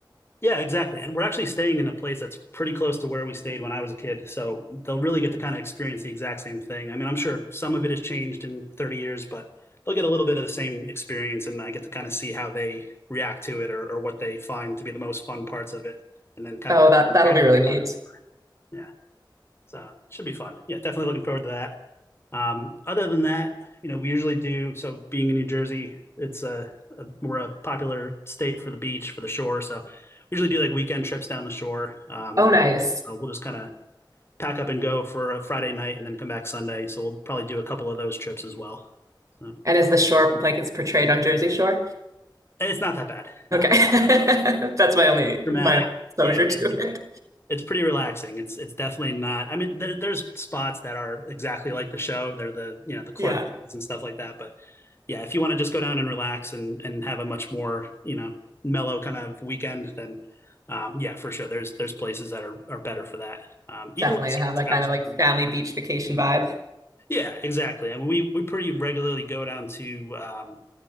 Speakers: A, on the left; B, on the right.
A: Yeah, exactly. And we're actually staying in a place that's pretty close to where we stayed when I was a kid. So they'll really get to kind of experience the exact same thing. I mean, I'm sure some of it has changed in 30 years, but they'll get a little bit of the same experience. And I get to kind of see how they react to it or, or what they find to be the most fun parts of it. And then kind
B: Oh,
A: of
B: that that'll
A: compare
B: be
A: that
B: really
A: to
B: neat.
A: fire. Yeah. So it should be fun. Yeah, definitely looking forward to that. Um, other than that, you know, we usually do. So being in New Jersey, it's a, a we a popular state for the beach, for the shore. So we usually do like weekend trips down the shore. Um,
B: Oh, nice.
A: uh, we'll just kind of pack up and go for a Friday night and then come back Sunday. So we'll probably do a couple of those trips as well. So and
B: And is the shore like it's portrayed on Jersey Shore?
A: it's not that bad. <laughs> No,
B: Okay.
A: it's
B: <laughs> That's my only
A: dramatic.
B: my only exposure
A: Yeah, it,
B: to
A: it-
B: it.
A: it's pretty relaxing. It's it's definitely not. I mean, there, there's spots that are exactly like the show. They're the you know the club
B: Yeah.
A: areas and stuff like that, but yeah, if you want to just go down and relax and and have a much more, you know, mellow kind of weekend, then um, yeah, for sure. There's there's places that are, are better for that. Um, even
B: Definitely
A: like certain
B: have that
A: towns,
B: kind of
A: if
B: like
A: you know.
B: family beach vacation vibe.
A: Yeah, exactly. I mean, we we pretty regularly go down to um,